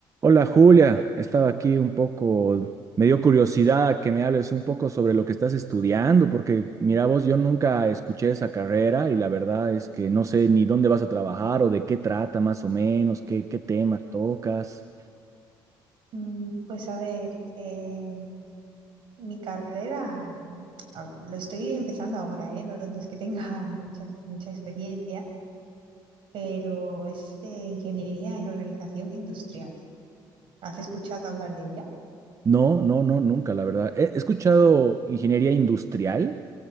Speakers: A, on the right; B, on the right.
A: Hola Julia, estaba aquí un poco, me dio curiosidad que me hables un poco sobre lo que estás estudiando, porque mira vos, yo nunca escuché esa carrera y la verdad es que no sé ni dónde vas a trabajar o de qué trata más o menos, qué, qué temas tocas.
B: Mm, Pues a ver, eh, mi carrera a- lo estoy empezando ahora, ¿eh? No, no es que tenga <laughs> mucha, mucha experiencia, pero es de ingeniería en organización industrial. ¿Has escuchado hablar de ella?
A: No, no, no, nunca, la verdad. He he escuchado ingeniería industrial,